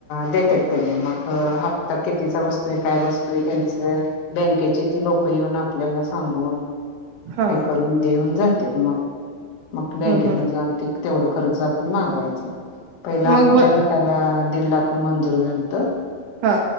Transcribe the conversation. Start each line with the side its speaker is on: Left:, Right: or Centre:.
Left: देते त्यात त्यांनी मग हप्ता कितीचा बसतुय काय बसतुय त्यांचं बँकेची ती लोक येऊन आपल्याला सांगून.
Right: हा.
Left: हे करून देऊन जातेत मग मग बँकेत
Right: हम्म हम्म
Left: जाऊन ते तेवढं कर्ज आपण मागवायच पहिला आमच्या
Right: मग व
Left: गटाला दीड लाख मंजूर झाल. त
Right: हा